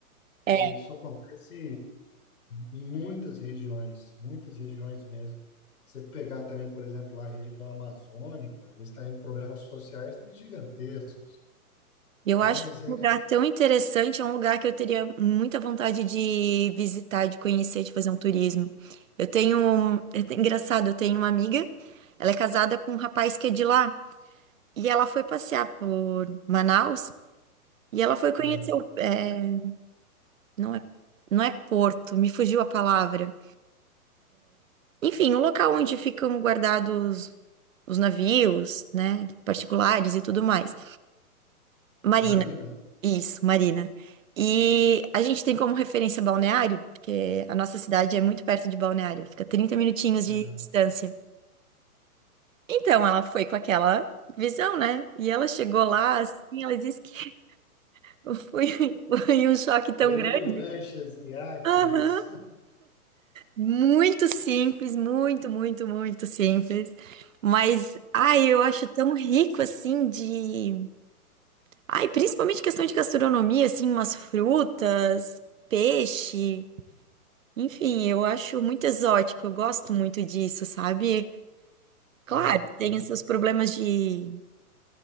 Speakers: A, on the right; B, on the left.
A: É,
B: Isso acontece em muitas regiões, muitas regiões mesmo. Você pegar também, por exemplo, a região amazônica, eles têm problemas sociais também gigantescos.
A: Eu
B: Mas
A: acho
B: é.
A: um lugar tão interessante, é um lugar que eu teria muita vontade de visitar, de conhecer, de fazer um turismo. Eu tenho, um- é engraçado, eu tenho uma amiga, ela é casada com um rapaz que é de lá, e ela foi passear por Manaus, e ela foi conhecer
B: aham.
A: o, é, não é, não é Porto, me fugiu a palavra. Enfim, o local onde ficam guardados os navios, né, particulares e tudo mais. Marina,
B: Marina,
A: isso, Marina. E a gente tem como referência Balneário, porque a nossa cidade é muito perto de Balneário, fica 30 minutinhos de
B: aham.
A: distância. Então ela foi com aquela visão, né? E ela chegou lá, assim, ela disse que <laughs> foi, foi um choque
B: Esperando
A: tão grande.
B: lanchas e iates.
A: Aham.
B: <laughs>
A: Muito simples, muito, muito, muito simples. Mas, ai, eu acho tão rico assim de. Ai, principalmente questão de gastronomia, assim, umas frutas, peixe. Enfim, eu acho muito exótico, eu gosto muito disso, sabe? Claro,
B: É,
A: tem
B: é,
A: esses problemas de